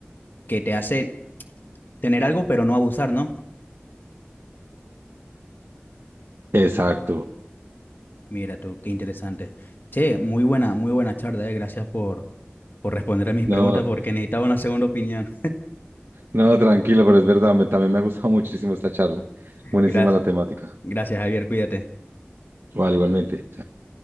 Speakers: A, on the left (about 55°); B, on the right (about 70°).
A: que te hace tener algo, pero no abusar, ¿no?
B: Exacto.
A: Mira tú, qué interesante. Che, muy buena, muy buena charla, eh. Gracias por, por responder a mis
B: No,
A: preguntas porque necesitaba una segunda opinión.
B: no, tranquilo, pero es verdad, me- también me ha gustado <laughs> muchísimo esta charla.
A: <laughs>
B: Buenísima
A: Gracias,
B: la temática.
A: gracias, Javier, cuídate.
B: Vale, igualmente. Chao.